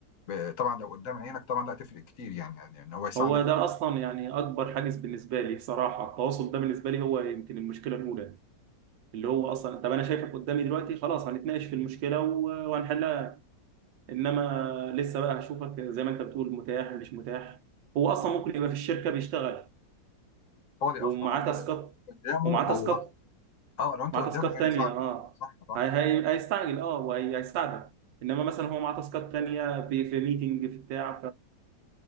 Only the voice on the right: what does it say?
هو ده
اصلا يعني اكبر حاجز بالنسبه لي صراحه التواصل ده بالنسبه لي هو يمكن المشكله الاولى اللي هو اصلا طب انا شايفك قدامي دلوقتي خلاص هنتناقش في المشكله و- وهنحلها انما لسه بقى هشوفك زي ما انت بتقول متاح مش متاح هو اصلا ممكن يبقى في الشركه بيشتغل
ومعاه
تاسكات
ومعاه
تاسكات
معاه
تاسكات تانية
اه
هي هي هيستعجل اه وهيستعجل انما مثلا هو معاه تاسكات تانية في في ميتنج في بتاع